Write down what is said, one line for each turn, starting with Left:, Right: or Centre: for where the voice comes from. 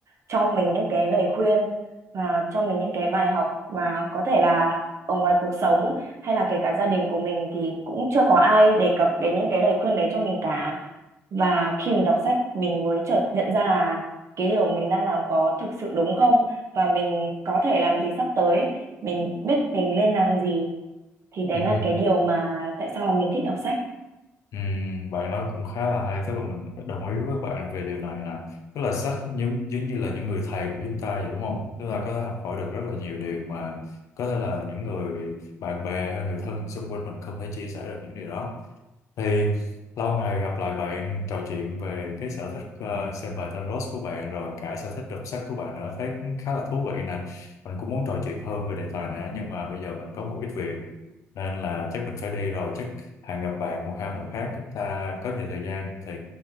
Right: cho mình những cái lời khuyên và cho mình những cái bài học và có thể là ở ngoài cuộc sống hay là kể cả gia đình của mình thì cũng chưa có ai đề cập đến những cái lời khuyên đấy cho mình cả. Và khi mình đọc sách mình mới chợt nhận ra là cái điều mình đang làm có thực sự đúng không và mình có thể làm gì sắp tới, mình biết mình nên làm gì thì đấy
Left: ừ.
Right: là cái điều mà tại sao mà mình thích đọc sách.
Left: Ừ, bạn nói cũng khá là hay tức là mình phải đồng ý với bạn về điều này nè tức là sách giống giống như là những người thầy của chúng ta vậy đúng không tức là có thể học hỏi được rất là nhiều điều mà có thể là những người bạn bè hay người thân xung quanh mình không thể chia sẻ được những điều đó thì lâu ngày gặp lại bạn trò chuyện về cái sở thích ờ, xem bài tarot của bạn rồi cả sở thích đọc sách của bạn nữa thấy cũng khá là thú vị nè. Mình cũng muốn trò chuyện hơn về đề tài này á, nhưng mà bây giờ mình có một ít việc nên là chắc mình phải đi rồi. Chắc hẹn gặp bạn một hai lần khác chúng ta có nhiều thời gian thì